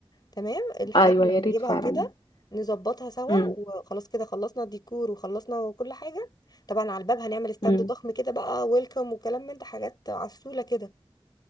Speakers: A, on the left (about 45°); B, on the left (about 60°).
A: تمام الحاجات
B: ايوه
A: اللي
B: يا
A: هنجيبها
B: ريت فعلا
A: وكده نظبطها سوا
B: امم
A: وخلاص كده خلصنا الديكور وخلصنا كل حاجة طبعا على الباب هنعمل ستاند
B: امم
A: ضخم كده بقى ويلكم وكلام من ده حاجات عسولة كده